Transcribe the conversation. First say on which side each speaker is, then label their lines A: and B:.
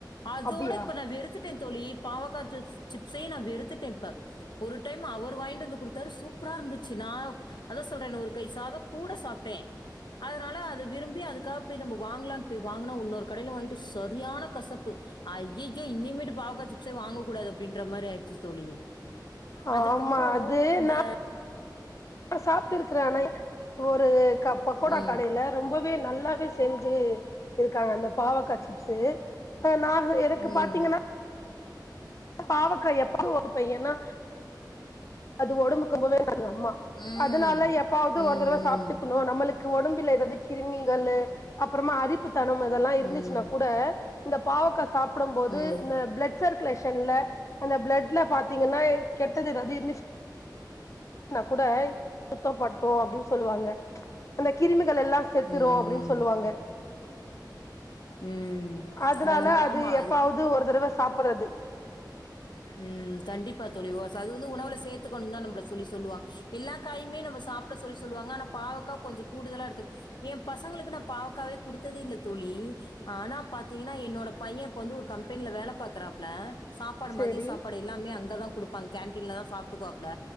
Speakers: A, on the left; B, on the left.
A: அதோட
B: அப்டியா
A: எடுத்துட்டேன் தோழி பாவக்கா ஜுஸ் சிப்ஸே நா வெறுத்துட்டேன் இப்ப ஒரு டைம் அவுரு வாய்ன்ட் வந்து குடுத்தாரு சூப்புரா இருந்துச்சு நா அதா சொல்ற இன்னு ஒரு கை சாதோ கூட சாப்ட்டே அதுனால அ து விரும்பி அதுக்கா போய் நம்மு வாங்குலான் பேய் வாங்குனோ உன்னோரு கடேல வாய்ங்ட்டு சரியான கசப்பு ஐயய் யோ இன்னிமேட்டு பாவக்காசிப்சே வாங்க கூடாது அப்டின்ற மாரி ஆய்ச்சு தோழி அதுக்கப்புறம்
B: ஆமா அது
A: இந்த
B: நா அஹ் சாப்டுட்டு இருக்குறானைய ஒரு கா பக்கோடா
A: ம்.
B: கடேல ரொம்பவே நல்லா பி செஞ்சு இருக்காங்க அந்த பாவக்கா சிப்ஸு அ நா க எனக்கு
A: ம்.
B: பாத்தீங்கனா பாவக்கா எப்பது ஒரு பையனா அது ஓடம்புக்கு ரொம்பவே எங்க அம்மா
A: ம்.
B: அதனால எப்பாவ்து
A: ம்.
B: ஒரு தடவ சாப்ட்டுக்குணு நம்மளுக்கு ஒடம்பில்லே எதாவ்து கிருமீங்கள்ளு அப்புறமா அரிப்புத்தனம் இதெல்லா இருந்துச்சுனா
A: ம்.
B: கூட இந்த பாவக்கா சாப்பிடும் போது
A: ம்.
B: இந்த பிளட் சருக்குலேஷ் ஷன்ல அந்த பிளட்ல பாத்தீங்குன்னா ஏய் கெட்டது எதாது இருந்துச் நா கூட சுத்தோ படுத்தூ அப்டின் சொல்லுவாங்க அந்த கிருமிகளல் திரூ
A: ம்.
B: அப்படின் சொல்லுவாங்க
A: ம்.
B: அதுனால
A: அதனால
B: அது
A: ஆமா
B: எப்பாவ்து ஒரு தடவ சாப்புறது
A: உம் கண்டிப்பா தோழி ஓ அது வந்து உணவுல சேர்த்துக்கணும் தான் நம்மள சொல்லி சொல்லுவாங்க எல்லா காயுமே நம்ம சாப்பிட சொல்லி சொல்லுவாங்க ஆனா பாவக்கா கொஞ்சோ கூடுதலா எடுத்து என் பசங்களுக்கு நான் பாவக்காவே குடுத்ததே இல்ல தோழி ஆனா பாத்தீங்கன்னா என்னோட பையன் இப்ப வந்து ஒரு கம்பெனில வேலை பாக்குறாப்புல சா பாடு
B: சேரி
A: மதிய சாப்பாடு எல்லாமே அங்கத கொடுப்பங்க கேன்டீன்லதான் சாப்ட்டுக்வாப்ல